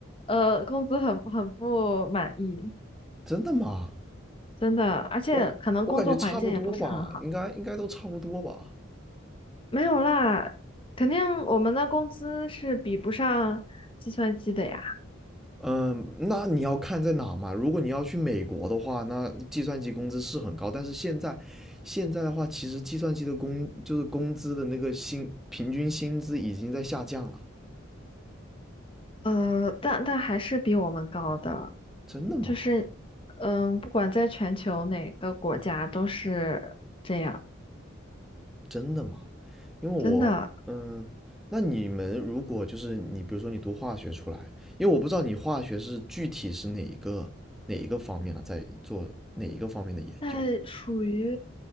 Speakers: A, on the left; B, in the centre.
A: 呃工资很很不满意，
B: 真的吗？
A: 真的，而且可能工作环境也不是很好。
B: 我我感觉差不多吧，应该应该都差不多吧。
A: 没有啦，肯定我们的工资是比不上计算机的呀。
B: 嗯，那你要看在哪嘛？如果你要去美国的话，那计算机工资是很高，但是现在现在的话，其实计算机的工就是工资的那个薪平均薪资已经在下降了。
A: 呃，但但还是比我们高的，
B: 真的吗？
A: 就是，嗯，不管在全球哪个国家都是这样，
B: 真的吗？因为我，
A: 真的。
B: 嗯，那你们如果就是你，比如说你读化学出来，因为我不知道你化学是具体是哪一个哪一个方面啊，在做哪一个方面的研究？
A: 那属于